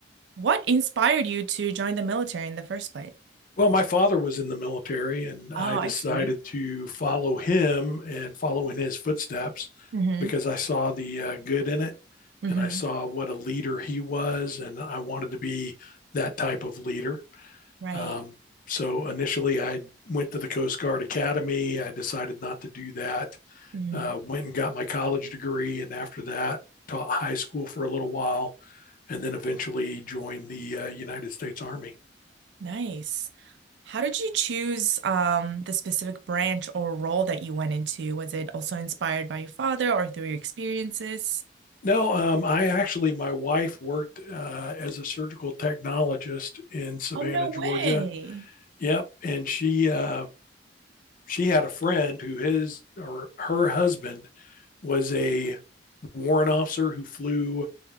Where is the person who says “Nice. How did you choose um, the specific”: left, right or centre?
Right